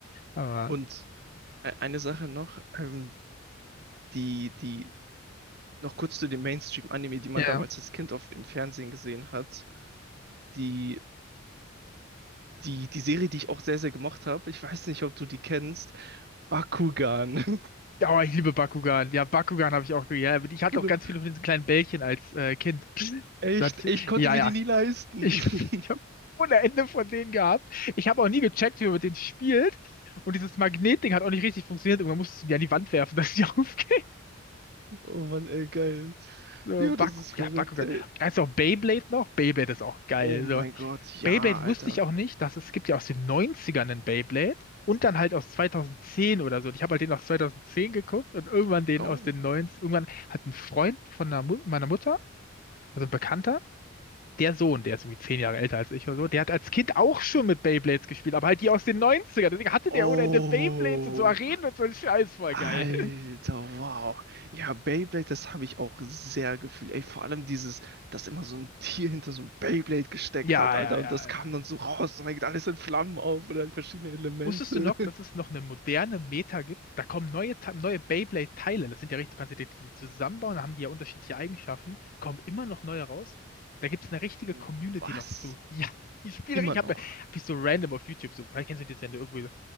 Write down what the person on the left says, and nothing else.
Aber.
Ja.
Ja, oh, ich liebe Bakugan. Ja, Bakugan habe ich auch. ge- Ja, ich hatte
auch ganz viele von diesen kleinen Bällchen als äh, Kind.
Da hatte
ich,
ja,
ja.
Ich, <laughs>
ich habe ohne Ende von denen gehabt. Ich habe auch nie gecheckt, wie man mit denen spielt. Und dieses Magnetding hat auch nicht richtig funktioniert. Irgendwann musstest du die an die Wand werfen, dass sie <laughs> aufgeht.
So,
Baku,
ja, Bakugan.
Da ist auch Beyblade noch. Beyblade ist auch geil.
So.
Beyblade
wusste ich auch nicht, dass es gibt ja aus den Neunzigern einen Beyblade und dann halt aus 2010 oder so. Und ich habe halt den aus 2010 geguckt und irgendwann den
aus den 90 Irgendwann hat ein Freund von einer Mu meiner Mutter, also ein Bekannter, der Sohn, der ist irgendwie zehn Jahre älter als ich oder so, der hat als Kind auch schon mit Beyblades gespielt, aber halt die aus den Neunzigern. ern Deswegen hatte
der ohne Ende Beyblades und so Arenen und so ein Scheiß, voll
geil. <laughs>
Ja,
ja, ja,
ja.
Wusstest du noch, dass es noch eine moderne Meta gibt? Da kommen neue, Te- neue Beyblade-Teile. Das sind ja richtig, du kannst ja die, die zusammenbauen, da haben die ja unterschiedliche Eigenschaften. Kommen immer noch neue raus. Da gibt es eine richtige
Community
noch zu. <laughs> Ja, ich spiele,
ich
habe hab ich so random auf YouTube, so, vielleicht kennst du das, wenn du irgendwie